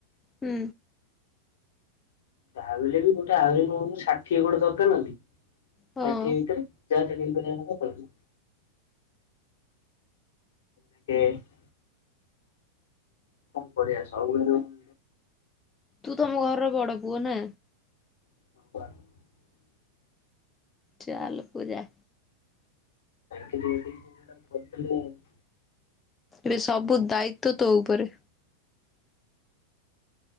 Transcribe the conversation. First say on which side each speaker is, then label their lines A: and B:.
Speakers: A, on the left; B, on the left.
A: ହୁଁ
B: ତାହେଲେ, ବି ଗୋଟେ <unintelligible> ଷାଠିଏ ଗୋଟେ ଦରକାର ନା ନହିଁ
A: ହଁ
B: ଷାଠିଏ ଭିତରେ। ଯା <unintelligible> <unintelligible> <inaudible> <unintelligible> <unintelligible>
A: ତୁ ତମ ଘରର ବଡ ପୁଅ ନା?
B: <inaudible>
A: ଚାଲ ପୁରା
B: ତା ଭ <unintelligible>
A: ଏବେ ସବୁ ଦାୟିତ୍ଵ ତୋ ଉପରେ।